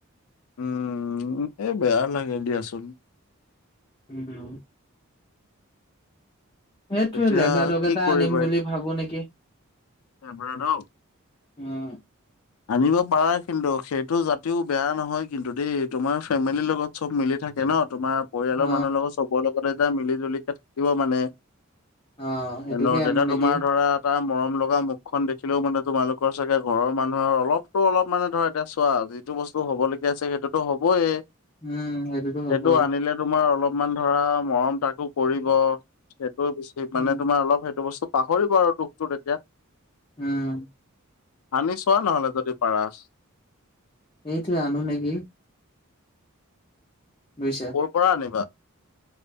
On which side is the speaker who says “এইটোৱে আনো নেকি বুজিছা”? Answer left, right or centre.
Left